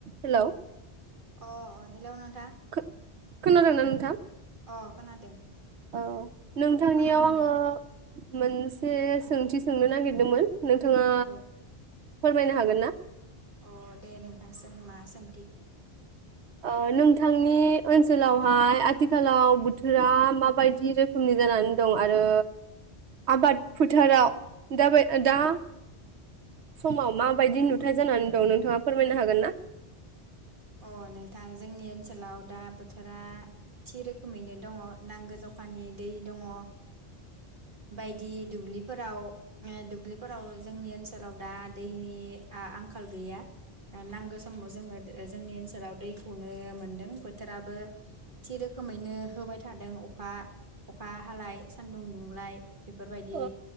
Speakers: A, on the right; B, on the right.
A: Hello
B: अ अ hello नों
A: खो-खोनादोंना नोंथां
B: अ खोनादों
A: औ नोंथांनियाव
B: अ खोनादों
A: आङो
B: दे
A: मोनसे सोंथि सोंनो नागिरदोंमोन नोंथाङा
B: औ
A: फोरमायनो हागोन ना
B: अ दे नोंथां सों मा सोंथि
A: ओ नोंथांनि ओनसोलावहाय आथिखालाव बोथोरा माबायदि रोखोमनि जानानै दं आरो आबाद फोथाराव दाबा दा समाव माबायदि नुथाय जानानै दं नोंथाङा फोरमायनो हागोन ना
B: अ नोंथां जोंनि ओनसोलाव दा बोथोरा थि रोखोमैनो दङ नांगो जखानि दै दङ बायदि दुब्लि फोराव दुब्लिफोराव जोंनि ओनसोलाव दा दैनि आंखाल गैया नांगौ समाव जोङो जोंनि ओनसोलाव दैखौनो मोनदों बोथोराबो थि रोखोमैनो होबाय थादों अखा अखा हालाय सानदुं दुंलाय बेफोरबायदि
A: औ